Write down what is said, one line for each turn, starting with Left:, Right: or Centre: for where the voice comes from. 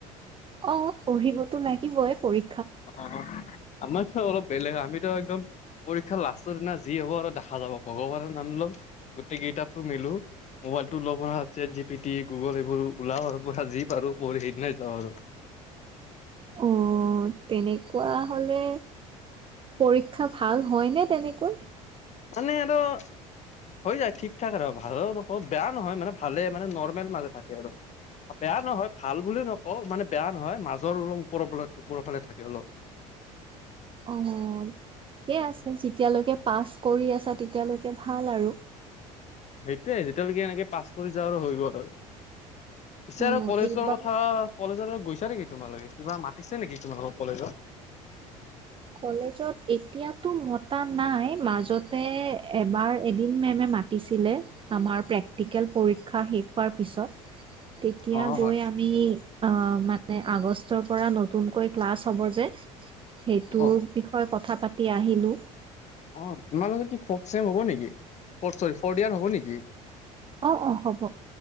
Right: অ পঢ়িবতো লাগিবই পৰী
Left: অ আমাৰ ছহ বেলেগ আ তুমি ত একদম পৰীক্ষা লাষ্টৰ দিনা যি হব আৰু দেখা যাব ভগৱানৰ নাম লওঁ গোটেই কিতাপ টো মেলো মোবাইলটো ল'ব পৰা আছে জি পি টি গুগল এইবোৰ উলাও আৰু পৰা যি পাৰো পঢ়ি সেইদিনাই যাওঁ আৰু
Right: অ তেনেকুৱা হলে পৰীক্ষা ভাল হয় নে তেনেকৈ
Left: মানে এইটো হৈ যায় ঠিক ঠাক আৰু ভাল নকৌ বেয়া নহয় মানে ভালে মানে নৰ্মেল মাজে থাকে আৰু বেয়া নহয় ভাল বুলিও নকওঁ মানে বেয়া নহয় মাজৰ অলপ ওপৰৰ ওপৰৰ ফালে থাকে অলপ
Right: অ ঠিকেই আছে যেতিয়ালৈকে পাছ কৰি আছা তেতিয়ালৈকে ভাল আৰু
Left: সেইটোয়ে যেতিয়ালৈকে এনেকে পাছ কৰি য়াও আৰু হৈ গ'ল আৰু পিছে
Right: উম
Left: আৰু কলেজৰ
Right: এইবাৰ
Left: কথা কলেজৰ গৈছা নেকি তোমালোকে? কিবা মাতিছে নেকি তোমালোকক কলেজত?
Right: কলেজত এতিয়াতো মতা নাই। মাজতে এবাৰ এদিন মেমে মাতিছিলে আমাৰ প্ৰেক্টিকেল পৰীক্ষা শেষ হোৱাৰ পিছত। তেতিয়া
Left: অ
Right: গৈ
Left: হয়
Right: আমি অ'- মানে আগ ষ্টৰ পৰা নতুনকৈ ক্লাছ হব যে টোৰ
Left: অ
Right: বিষয়ে কথা পাতি আহিলোঁ।
Left: অ' তোমালোকৰ কি হব ফোৰ্থ ছেম হ'ব নেকি? অ' ছৰি, ফোৰ্থ ইয়াৰ হ'ব নেকি?
Right: অ' - অ' হব।